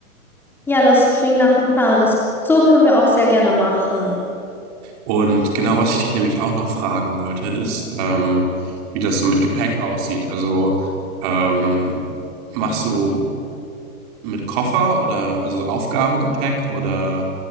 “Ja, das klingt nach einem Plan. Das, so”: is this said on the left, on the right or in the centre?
Centre